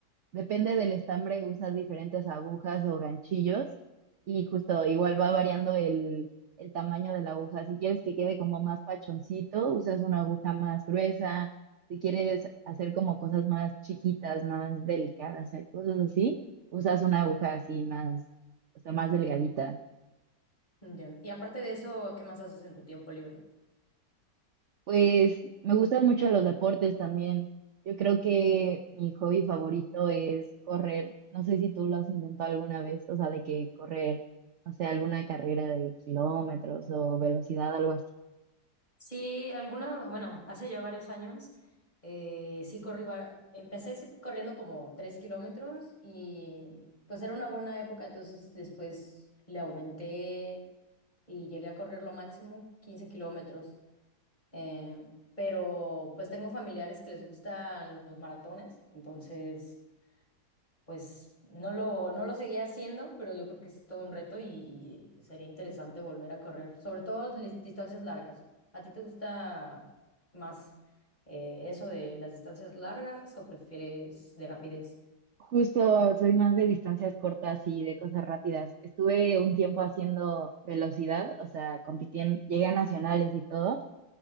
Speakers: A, on the right; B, on the left.
A: Depende del estambre, usas diferentes agujas o ganchillos y justo igual va variando el, el tamaño de la aguja. Si quieres que quede como más pachoncito, usas una aguja más gruesa. Si quieres hacer como cosas más chiquitas, más delicadas, o sea, cosas así, usas una aguja así más, o sea, más delgadita.
B: ya. Y aparte de eso, ¿qué más haces en tu tiempo libre?
A: Pues me gustan mucho los deportes también. Yo creo que mi hobby favorito es correr. No sé si tú lo has intentado alguna vez, o sea, de que correr, no sé, alguna carrera de kilómetros o velocidad, algo así.
B: Sí, alguna, bueno, hace ya varios años, eh, sí corrí, va- empecé sí corriendo como tres kilómetros y pues era una buena época, entonces después le aumenté y llegué a correr lo máximo 15 kilómetros. Eh, pero pues tengo familiares que les gustan los maratones, entonces pues no lo, no lo seguía haciendo, pero yo creo que es todo un reto y, y sería interesante volver a correr, sobre todo lis- distancias largas. ¿A ti te gusta más eh, eso de las distancias largas o prefieres de rapidez?
A: Justo soy más de distancias cortas y de cosas rápidas. Estuve un tiempo haciendo velocidad, o sea, compitiendo, llegué a nacionales y todo.